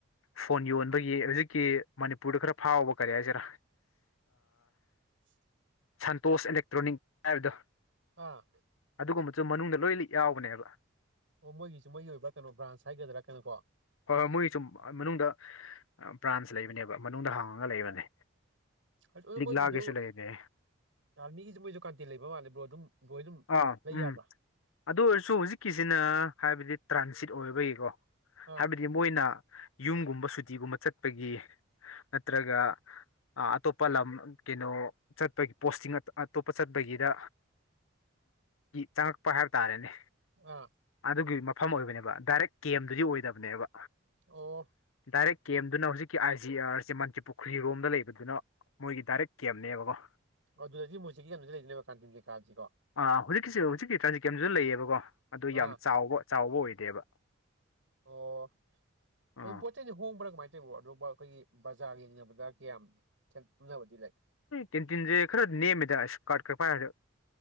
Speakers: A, on the left; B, on the right.
A: ꯐꯣꯟ ꯌꯣꯟꯕꯒꯤ ꯍꯧꯖꯤꯛꯀꯤ ꯃꯅꯤꯄꯨꯔꯗ ꯈꯔ ꯐꯥꯎꯕ ꯀꯔꯤ ꯍꯥꯏꯁꯤꯔꯥ
B: <unintelligible>
A: ꯁꯟꯇꯣꯁ ꯑꯦꯂꯦꯛꯇ꯭ꯔꯣꯅꯤꯛ ꯍꯥꯏꯕꯗꯣ
B: ꯑꯥ
A: ꯑꯗꯨꯒꯨꯝꯕꯁꯨ ꯃꯅꯨꯡꯗ ꯂꯣꯏ ꯂꯤ ꯌꯥꯎꯕꯅꯦꯕ
B: ꯑꯣ ꯃꯣꯏꯒꯤꯁꯨ ꯃꯣꯏꯒꯤ ꯑꯣꯏꯕ ꯀꯩꯅꯣ ꯕ꯭ꯔꯥꯟꯁ ꯍꯥꯏꯒꯗ꯭ꯔꯥ ꯀꯩꯅꯣ ꯀꯣ
A: ꯍꯣꯏ ꯍꯣꯏ ꯃꯣꯏ ꯁꯨꯝ ꯃꯅꯨꯡꯗ ꯕ꯭ꯔꯥꯟꯁ ꯂꯩꯕꯅꯦꯕ ꯃꯅꯨꯡꯗ ꯍꯥꯡꯉꯒ ꯂꯩꯕꯅꯦ
B: ꯑꯗꯨ
A: ꯂꯤꯛꯂꯥꯒꯤꯁꯨ
B: ꯃꯣꯏꯁꯤꯁꯨ
A: ꯂꯩꯕꯅꯦ
B: ꯑꯥꯔꯃꯤꯒꯤꯁꯨ ꯃꯣꯏꯁꯨ ꯀꯥꯟꯇꯦꯜ ꯂꯩꯕ ꯃꯥꯜꯂꯕ꯭ꯔꯣ ꯑꯗꯨꯝ ꯕ꯭ꯔꯣ ꯍꯣꯏ ꯑꯗꯨꯝ
A: ꯑꯥ
B: ꯂꯩ
A: ꯎꯝ
B: ꯌꯥꯕ꯭ꯔꯥ
A: ꯑꯗꯨ ꯑꯣꯏꯔꯁꯨ ꯍꯧꯖꯤꯛꯀꯤꯁꯤꯅ ꯍꯥꯏꯕꯗꯤ ꯇ꯭ꯔꯥꯟꯁꯤꯠ ꯑꯣꯏꯕꯒꯤꯀꯣ
B: ꯑꯥ
A: ꯍꯥꯏꯕꯗꯤ ꯃꯣꯏꯅ ꯌꯨꯝꯒꯨꯝꯕ ꯁꯨꯇꯤꯒꯨꯝꯕ ꯆꯠꯄꯒꯤ ꯑꯠꯇ꯭ꯔꯒ ꯑꯇꯣꯞꯄ ꯂꯝ ꯀꯩꯅꯣ ꯆꯠꯄꯒꯤ ꯄꯣꯁꯇꯤꯡ ꯑꯇꯣꯞꯄ ꯆꯠꯄꯒꯤꯗ ꯆꯪꯉꯛꯄ ꯍꯥꯏꯕ ꯇꯥꯔꯦꯅꯦ
B: ꯑꯥ
A: ꯑꯗꯨꯒꯤ ꯃꯐꯝ ꯑꯣꯏꯕꯅꯦꯕ ꯗꯥꯏꯔꯦꯛ ꯀꯦꯝ ꯑꯦꯝꯗꯨꯗꯤ ꯑꯣꯏꯗꯕꯅꯦꯕ
B: ꯑꯣ
A: ꯗꯥꯏꯔꯦꯛ ꯀꯦꯝꯗꯨꯅ ꯍꯧꯖꯤꯛꯀꯤ ꯑꯥꯏ ꯖꯤ ꯑꯥꯔꯁꯦ ꯃꯟꯆꯤ ꯄꯨꯈ꯭ꯔꯤꯔꯣꯝꯗ ꯂꯩꯕꯗꯨꯅ ꯃꯣꯏꯒꯤ ꯗꯥꯏꯔꯦꯛ ꯀꯦꯝꯅꯦꯕꯀꯣ
B: ꯑꯗꯨꯗꯗꯤ ꯃꯣꯏꯁꯤꯒꯤ ꯂꯩꯗꯅꯦꯕ ꯀꯥꯟꯇꯤꯟꯦ ꯀꯥꯁꯤ ꯀꯣ
A: ꯑꯥ ꯍꯧꯖꯤꯛꯀꯤꯁꯤ ꯍꯧꯖꯤꯛꯀꯤ ꯇ꯭ꯔꯥꯟꯖꯤꯛꯀꯤꯦꯝꯨ ꯂꯩꯌꯦꯕꯀꯣ ꯑꯗꯨ
B: ꯑꯥ
A: ꯌꯥꯝ ꯆꯥꯎꯕ ꯆꯥꯎꯕ ꯑꯣꯏꯗꯦꯕ
B: ꯑꯣ ꯑꯗꯨꯝ
A: ꯑꯥ
B: ꯄꯣ ꯆꯩꯗꯤ ꯍꯣꯡꯕꯔꯒ ꯣ ꯑꯕꯨ ꯑꯩꯈꯣꯏꯒꯤ ꯕꯖꯥꯔ ꯌꯦꯡꯅꯕꯗ ꯀꯌꯥꯝꯦꯜ ꯄꯨꯨꯝꯅꯕꯗꯤ ꯂꯩꯦ
A: ꯇꯤꯟ ꯇꯤꯟꯁꯦ ꯈꯔ ꯅꯦꯝꯃꯦꯗ ꯑꯁ ꯀꯥꯔꯠ ꯈ ꯄꯥꯏꯔ